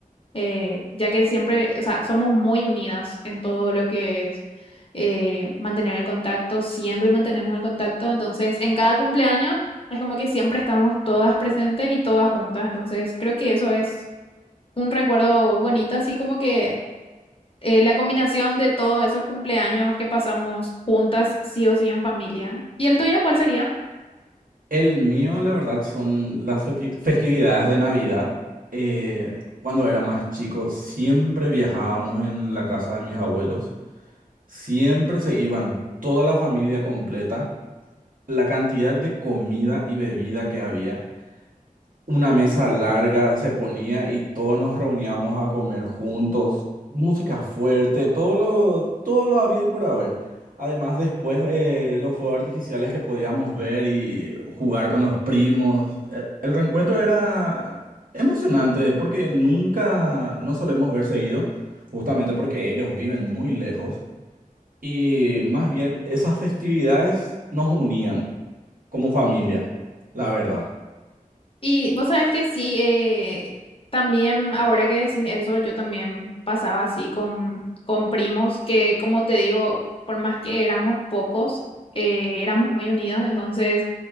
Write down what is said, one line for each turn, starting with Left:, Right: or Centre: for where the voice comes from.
Left: eh, ya que siempre, o sea, somos muy unidas en todo lo que es eh, mantener el contacto, siempre mantenemos el contacto, entonces en cada cumpleaños es como que siempre estamos todas presentes y todas juntas, entonces creo que eso es un recuerdo bonito, así como que eh, la combinación de todos esos cumpleaños que pasamos juntas, sí o sí en familia. ¿Y el tuyo cuál sería?
Right: El mío, la verdad, son las festi- festividades de Navidad. Eh, cuando era más chico, siempre viajábamos en la casa de mis abuelos. Siempre se iban toda la familia completa. La cantidad de comida y bebida que había una mesa larga se ponía y todos nos reuníamos a comer juntos, música fuerte, todo lo, todo lo habido y por haber. Además, después eh, los fuegos artificiales que podíamos ver y jugar con los primos, E- el reencuentro era emocionante porque nunca no solemos ver seguido, justamente porque ellos viven muy lejos y más bien esas festividades nos unían como familia, la verdad.
Left: Y vos sabés que sí, eh, también ahora que decís eso, yo también pasaba así con, con primos que, como te digo, por más que éramos pocos, eh, éramos muy unidos, entonces